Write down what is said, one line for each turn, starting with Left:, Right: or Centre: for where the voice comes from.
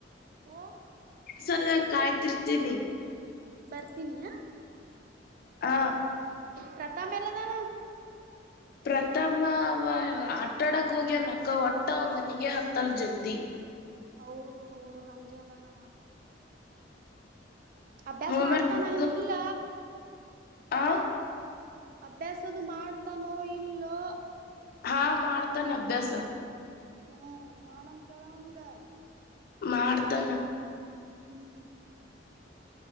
Right: ಓ <unintelligible>
Left: ಸರೆ ಕಾಯ್ತಿರ್ತೀನಿ
Right: ಬರ್ತೀ ನಿನ
Left: ಹಾ
Right: ಪ್ರತಾಾಮ ಎಲೆದಾನ
Left: ಪ್ರಥಮ ಆಟಾಡಕ ಒಗೆನ ಅಕ್ಕ ಒಟ್ಟವ ಮನಗೆ ಹತ್ತಲ್ ಜಲ್ದಿ
Right: ಹೌದು ಹುಡುಗಂಗೆ ಆದ ಾನವಾ <unintelligible> ಅಭ್ಯಾಸ
Left: ಹೋಮ್ವರ್ಕ್
Right: ಮಾಡ್ತಾ ಎನ ಇಲ್ಲ
Left: ಆ
Right: ಅಭ್ಯಾಸ್ದ ಮಾಡ್ತಾನೋ ಇಲ್ಲೋ
Left: ಹಾ ಮಾಡ್ತಾನ ಅಭ್ಯಾಸ
Right: ಹ್ಮ ಮಾಡಂತ ಹೇಳ ಅವನ್ಗ
Left: ಮಾಡ್ತಾನ
Right: ಹ್ಮ್